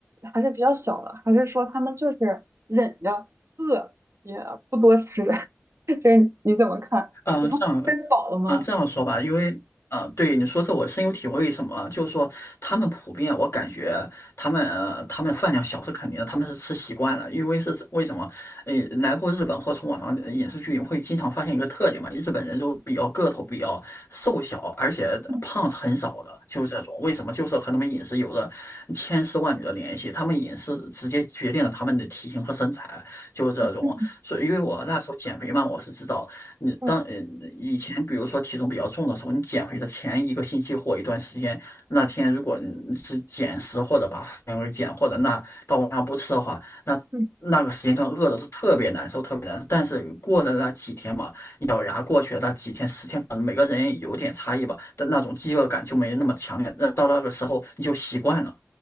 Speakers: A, on the right; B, on the left.
A: 还是比较小的，还是说他们就是忍着饿也不多吃？<laughs> 就是你怎么看？
B: 嗯，
A: 就他们吃饱了吗？
B: 呃这样，嗯，这样说吧，因为，嗯，对你说这我深有体会。什么？就是说，他们普遍，我感觉他们，呃他们饭量小是肯定的，他们是吃习惯了。因为是为什么？呃，来过日本或从网上呃影视剧会经常发现一个特点嘛，日本人就比较个头比较瘦小，而且胖是很少的，
A: 嗯
B: 就是这种。为什么？就是和他们饮食有着千丝万缕的联系，他们饮食直接决定了他们的体型和身材，就是这种。
A: 嗯
B: 所以，因为我那时候减肥嘛，我是知道。你当呃以前比如说体重比较重的时候，
A: 嗯
B: 你减肥的前一个星期或一段时间，那天如果你是减食或者把饭给减，或者那到晚上不吃的话，那那个时间段饿的是特别难受，
A: 嗯
B: 特别难受。但是过了那几天嘛，咬牙过去的那几天十天，可能每个人有点差异吧，但那种饥饿感就没那么强烈。那到那个时候你就习惯了。